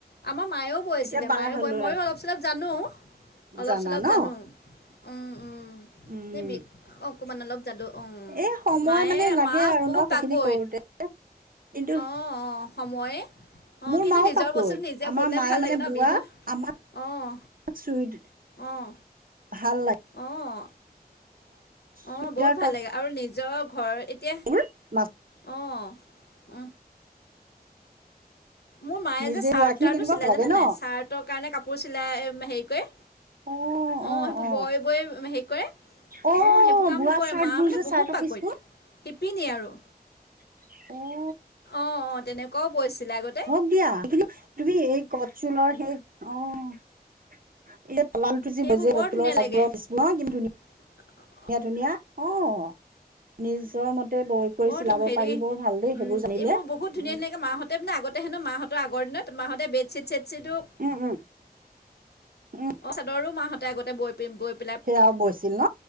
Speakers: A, on the left (about 85°); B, on the right (about 60°).
A: আমাৰ মায়েও বৈ আছিলে
B: এতিয়া পাৰা
A: মায়েও
B: হলো
A: বয় ময়ো অলপ চলপ জানো।
B: আৰু
A: অলপ
B: জানা
A: চলপ
B: ন
A: জানো উম উম
B: উম
A: নে বি অ অকমান অলপ জানো। অ
B: এ সময়
A: মায়ে
B: মানে লাগে
A: মা
B: আৰু
A: বহুত
B: ন
A: ফাকৈত
B: সেইখিনি কৰোতে কিন্তু
A: অঁ অঁ। সময়ে। অঁ
B: মোৰ
A: কিন্তু
B: মাও
A: নিজৰ
B: পাকৈত
A: বস্তুটো নিজে
B: আমাৰ
A: ব'লে
B: মায়ে
A: ভাল
B: মানে
A: লাগে ন
B: বোৱা
A: বিহু
B: আমাৰহ
A: অঁ
B: <inaudible>
A: অঁ
B: ভাল লাগিছিলে।
A: অঁ অঁ
B: চুইদাৰ
A: বহুত ভাল লাগে আৰু নিজৰ ঘৰ এতিয়া।
B: <inaudible> মাছ।
A: অ উ। মোৰ মায়ে
B: নিজে
A: যে চাৰ্ট
B: বোৱা খিনি
A: তাৰ্টো
B: কেনেকুৱা
A: চিলাই
B: ভাল
A: জানে
B: লাগে ন
A: নাই চাৰ্টৰ কাৰণে কাপোৰ চিলাই হেৰি কৰে।
B: অ
A: অঁ
B: অ
A: সেইবোৰ
B: অ
A: বয় বয় হেৰি কৰে।
B: অ
A: অঁ সেইবোৰ কাম
B: বোৱা
A: কৰে
B: চাৰ্ট
A: মা
B: বোৰ
A: মানে
B: যে
A: বহুত
B: চাৰ্টৰ
A: পাকৈত
B: পিচবোৰ
A: শিপিনী আৰু।
B: অঁ অক।
A: অঁ অঁ তেনেকুৱাও পৰিছিলে আগত
B: হওক দিয়া এইকিনি তুমি এই গত চুলৰ সেই অঁ এত লাল টোজি
A: সেইবোৰ
B: বজি
A: বৰ
B: পতলৰ
A: ধুনীয়া লাগে
B: চাতবোৰৰ পিছু ন কি ধুনীয়া।
A: <unintelligible>
B: ধুনীয়া ধুনীয়া অঁ নিজৰ মতে বৈ কৰি
A: বৰটো
B: চিলাব
A: হেৰি
B: পাৰি
A: উম
B: বৰ ভাল দেই সেইবোৰ জানিলে।
A: এইবোৰ বহুত ধুনীয়া
B: উম
A: ধুনীয়াকে মাহঁত তেমেনে আগতেহেনো মাহঁতৰ আগৰ দিনত মাহঁতে বেডচিট ছেডচিদো
B: উম! উম! উম!
A: অঁ চাদৰো মাহঁতে আগতে বৈ পি বৈপ
B: সেয়াও বৈছিল ন